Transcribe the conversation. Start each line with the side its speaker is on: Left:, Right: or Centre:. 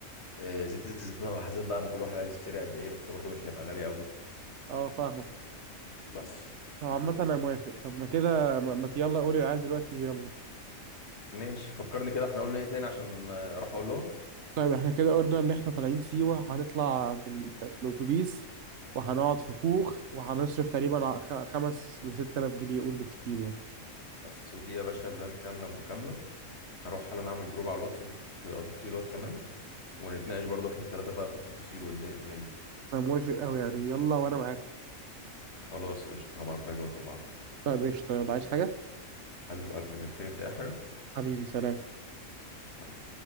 Left: إيه زيت الزيتون على حسب بقى ما كل واحد عايز يشتري قد إيه بس برضه مش هيبقى غالي قوي
Right: اه فاهمك
Left: بس
Right: طب عامه انا موافق طب ما كده ما ما يلا قولي العيال دلوقتي ويلا
Left: ماشي فكرني كده إحنا قلنا إيه تاني عشان آه، أروح أقول لهم
Right: طيب احنا كده قلنا ان احنا طالعين سيوة هنطلع بال- بالاتوبيس وهنقعد في كوخ وهنصرف تقريبا ع- خ- خمس لست آلاف جنيه قول بالكتير يعني
Left: بس دي يا باشا بلان كاملة متكاملة هروح حالا أعمل جروب على الواتس أضيف أضيف فيه الواد كمال ونتناقش برضه إحنا التلاتة بقى في التفاصيل والدنيا دي
Right: انا موافق قوي يعني يلا وانا معاكم
Left: خلاص قشطة هبعتلك دلوقتي هبعتلك
Right: طيب قشطة يلا عايز حاجة
Left: حبيب قلبي محتاج انت اي حاجة
Right: حبيبي سلام
Left: سلام